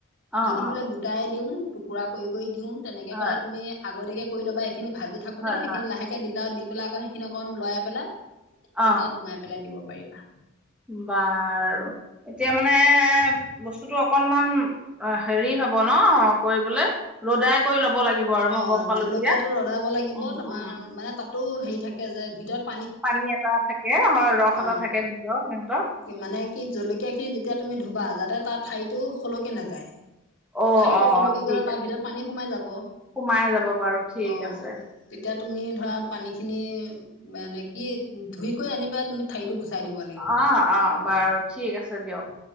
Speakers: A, in the centre; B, on the left (about 60°).
A: অ
B: যদি
A: অ
B: বোলে গোটাই দিও টুকুৰা কৰি দিওঁ তেনেকে পেলা
A: হয়
B: তুমি আগতীয়াকে কৰি ল'বা খিনি ভাজি থাকোঁ
A: হয়
B: সেইখিনি
A: হয়
B: লাহে দিলে আৰু দি। পেলাই আকৌ সেইখিন অকণ লৰাই পেলাই তেতিয়া
A: অ
B: নমাই পেলাই দিব পাৰিবা
A: বাৰু এতিয়া মানে বস্তুতটো অকনমান হেৰি হব ন কৰিবলে ৰ'দাই কৰি ল'ব লাগিব আৰু
B: অ
A: মই গম পালো
B: জলকীয়া
A: এতিয়া
B: টো ৰদাব লাগিব
A: উম
B: তোমাৰ
A: উম
B: মানে তাতো হে থাকে যে ভিতৰত
A: পানী এটা থাকে হয় ৰস
B: অ
A: এটা থাকে নিজৰ সিহঁতৰ
B: মানে কি জলকীয়া খিনি যেতিয়া তুমি ধুবা যাতে তাৰ ঠাৰীতো স'লকি নাযায়
A: অ
B: ঠাইতো
A: অ
B: সলকি
A: ঠিক
B: গলে তাৰ
A: আছে
B: ভিতৰত পানী সোমাই যাব
A: সোমাই যাব বাৰু ঠিক
B: অ
A: আছে
B: তেতিয়া তুমি ধৰা পানী খিনি মানে কি ধুই কৈ আনিবা তুমি ঠাৰিতো গুচা চাই দিব লাগিব
A: অ অ বাৰু ঠিক আছে দিয়ক